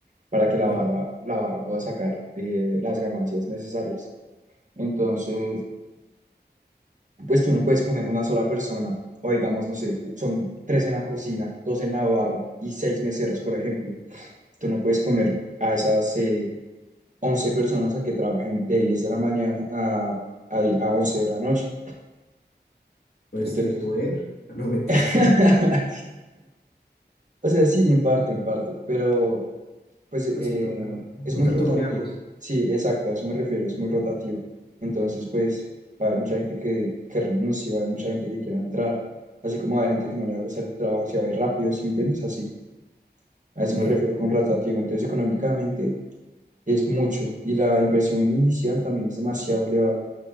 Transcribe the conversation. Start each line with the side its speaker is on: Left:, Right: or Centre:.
Right: para que la
Left: eh,
Right: barra, la barra pueda sacar eh, las ganancias necesarias. Entonces, pues tú no puedes poner una sola persona, o digamos, no sé, son tres en la cocina, dos en la barra y seis meseros, por ejemplo. Tú no puedes poner a esas eh, 11 personas a que trabajen de 10 de la mañana a, a, a 11 de la noche.
Left: pues,
Right: Entonces,
Left: de poder. No, mentira.
Right: <laughs>
Left: <laughs>
Right: o sea, sí, en parte, en parte, pero pues
Left: Así
Right: eh,
Left: toca,
Right: es
Left: toca
Right: muy rotativo.
Left: turnearnos.
Right: Sí, exacto, a eso me refiero, es muy rotativo. Entonces, pues, va a haber mucha gente que, que renuncie, va a haber mucha gente que quiera entrar, así como va a haber gente que no le va a gustar el trabajo y se va a ir rápido, ¿sí me entiendes? Así, a eso
Left: Eh,
Right: me refiero con rotativo. Entonces, económicamente es mucho y la inversión inicial también es demasiado elevada.